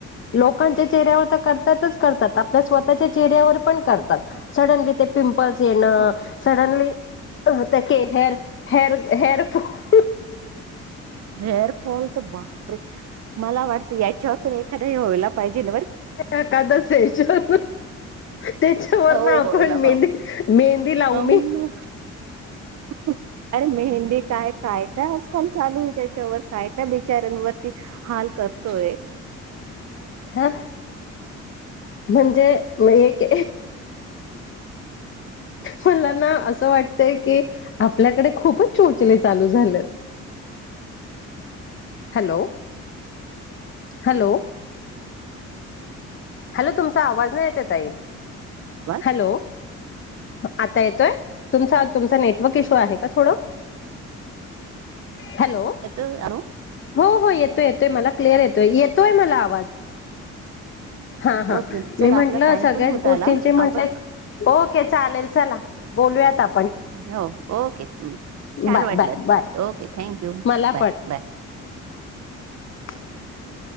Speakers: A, on the left (about 40°); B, on the right (about 60°).
A: लोकांच्या चेहऱ्यावर तर करतातच करतात आपल्या स्वतःच्या चेहऱ्यावर पण करतात सडनली ते पिंपल पिंपल्स येणं
B: हो.
A: सडनली अ त्या hair hair fall
B: hair fall तर बापरे मला वाटतं याच्यावर पण एखाद्या वयला पाहिजेर
A: एखादा सेशन त्याच्यावर
B: हो
A: ना आपण
B: होला बाबा
A: मेहंदी मेहंदी लावू
B: अम अरे मेहंदी काय काय काय आजकाल चालू त्याच्यावर काय काय बिचारांवरती हाल करतोय
A: हा म्हणजे एक मला ना असं वाटतय की आपल्याकडे खूपच चोचले चालू झालेत हॅलो हॅलो हॅलो तुमचा आवाज नाही येत ताई
B: आवाज
A: हॅलो आता येतोय तुमचा तुमचा नेटवर्क इश्यू आहे का थोडा हॅलो
B: येतोय हॅलो
A: हो हो येतोय येतोय ते मला क्लिअर येतोय येतोय मला आवाज हा हा
B: ओके चला
A: मी म्हंटलं
B: आपला टाइम
A: सगळ्याच
B: पण होत
A: गोष्टींचे
B: आला
A: म्हटले
B: आपण
A: ओके चालेल चला बोलूयात आपन
B: हो ओके छान
A: बाय
B: वाटलं
A: बाय बाय
B: ओके थँक्यू
A: मला
B: बाय बाय
A: ह